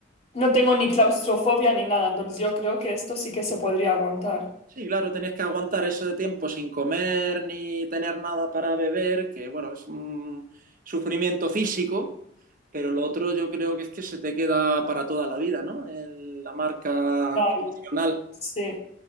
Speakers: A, on the left; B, on the right.
A: no tengo ni claustrofobia ni nada, entonces yo creo que esto sí que se podría aguantar.
B: Sí, claro, tenías que aguantar eso de tiempo sin comer ni tener nada para beber, que bueno, es un sufrimiento físico, pero lo otro yo creo que es que se te queda para toda la vida, ¿no? El- la marca
A: Claro,
B: emocional.
A: sí.